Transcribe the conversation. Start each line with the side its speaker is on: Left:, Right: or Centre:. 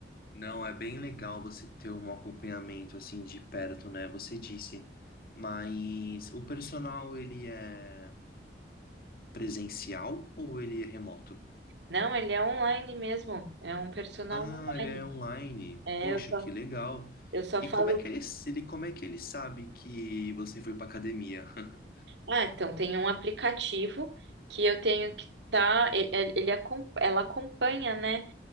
Left: Não, é bem legal você ter um acompanhamento assim de perto, né? Você disse. Mas o personal, ele é presencial ou ele é remoto?
Right: não, ele é online mesmo, é um personal
Left: Ah,
Right: online.
Left: ele é online.
Right: É,
Left: Poxa,
Right: eu só
Left: que legal.
Right: eu só
Left: E
Right: falo
Left: como é que ele, ele- como é que ele sabe que você foi pra academia? <laughs>
Right: Ah, então tem um aplicativo que eu tenho que tá, ele, ele acom- ela acompanha, né?